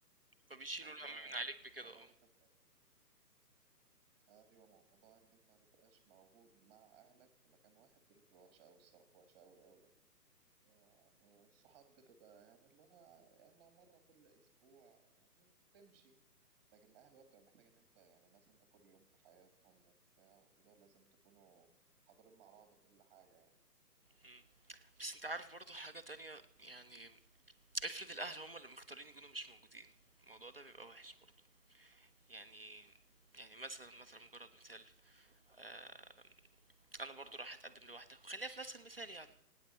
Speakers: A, on the right; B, on the right.
A: فبيشيلوا
B: فالموضوع
A: الهم من عليك بكده
B: موضوع
A: اه
B: ان انت تبقى ايوه موضوع ان انت ما تبقاش موجود مع اهلك في مكان واحد دي اللي بتبقى وحشه قوي الصراحه وحشه قوي قوي يعني. يعني الصحاب بتبقى يعني اللي هو يعني لو مره كل اسبوع يعني بتمشي لكن الاهل بقى بتبقى محتاج ان انت يعني ناس انت كل يوم في حياتهم وبتاع وكده لازم تكونوا حاضرين مع بعض كل حاجه يعني
A: م. بس انت عارف برضه حاجة تانية يعني افرض الاهل هم اللي مختارين يكونوا مش موجودين الموضوع ده بيبقى وحش برضه يعني يعني مثلا مثلا مجرد مثال آه انا برضو راح اتقدم لواحده وخليها في نفس المثال يعني